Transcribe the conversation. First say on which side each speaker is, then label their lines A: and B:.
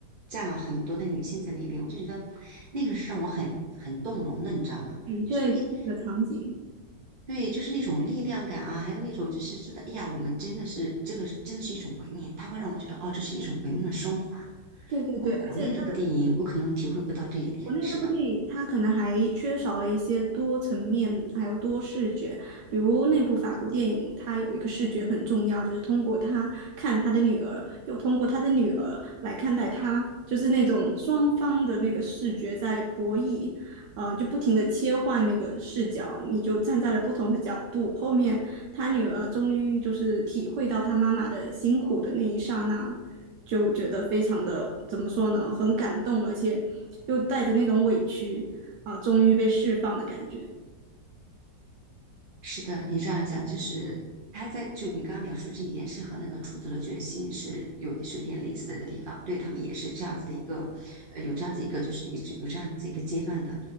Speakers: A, on the right (about 40°); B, on the right (about 80°).
A: 站了很多的女性在那边，我就觉得那个是让我很很动容的，你知道吗？
B: 嗯，
A: 就说诶，
B: 对，就那个场景，
A: 对，就是那种力量感啊，还有那种就是觉得哎呀，我们真的是这个真的是一种文明，它会让我觉得哦，这是一种文明的升华。
B: 对对对，
A: 如果国内那部电影，
B: 而且他
A: 我可能体会不到这一点。
B: 国内那部电影，
A: 是的。
B: 它可能还缺少了一些多层面，还有多视觉。比如那部法国电影，它有一个视觉很重要，就是通过他看他的女儿，又通过他的女儿来看待他，就是那种双方的那个视觉在博弈，嗯、呃，就不停的切换那个视角，你就站在了不同的角度。后面他女儿终于就是体会到他妈妈的辛苦的那一刹那，就觉得非常的怎么说呢，很感动，而且。又带着那种委屈啊，终于被释放的感觉。
A: 是的，你这样讲就是他在就你刚刚描述这一点是和那个出走的决心是有是有点类似的地方，对他们也是这样子的一个，呃，有这样子一个就是一直有这样子一个阶段的，